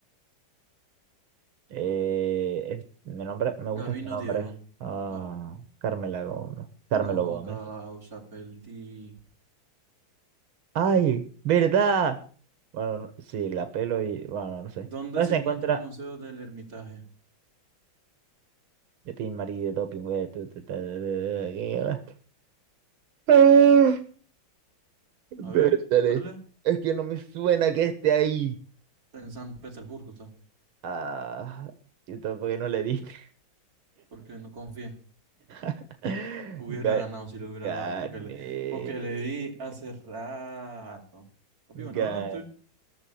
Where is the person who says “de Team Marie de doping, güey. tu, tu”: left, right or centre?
Right